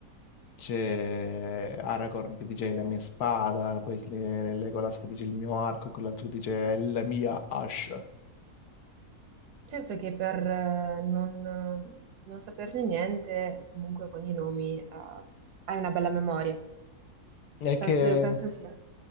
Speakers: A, on the left; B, on the right.
A: c'è Aragorn che dice la mia spada, poi le- Legolas che dice il mio arco e quell'altro che dice la mia ascia.
B: Certo che per eh, non, non saperne niente, comunque con i nomi, eh, hai una bella memoria.
A: È che
B: Penso, penso sia,